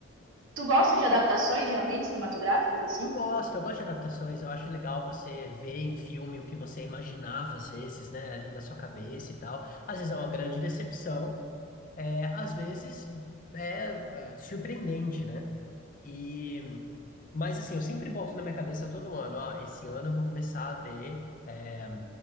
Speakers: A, on the right (about 80°); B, on the left (about 40°).
A: tu gosta de adaptações, geralmente, cinematográficas, assim?
B: Eu gosto, eu gosto de adaptações. Eu acho legal você ver em filme o que você imaginava, às vezes, né, ali na sua cabeça e tal. Às vezes é uma grande decepção, é, às vezes é, é, surpreendente, né? E, mas assim, eu sempre boto na minha cabeça todo ano, ah, esse ano eu vou começar a ver é,